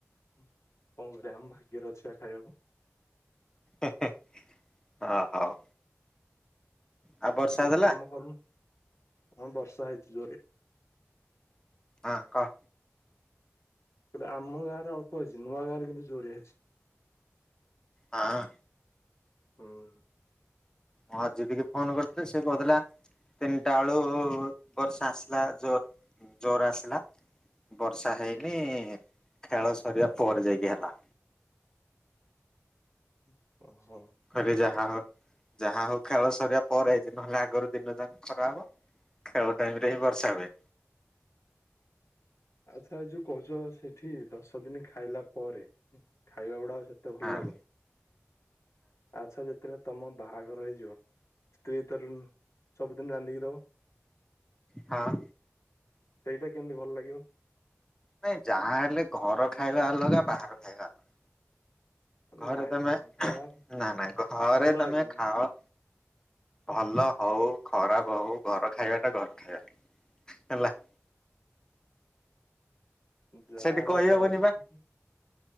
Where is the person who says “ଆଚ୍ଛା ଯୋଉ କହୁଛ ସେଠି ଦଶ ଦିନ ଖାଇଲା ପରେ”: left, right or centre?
Left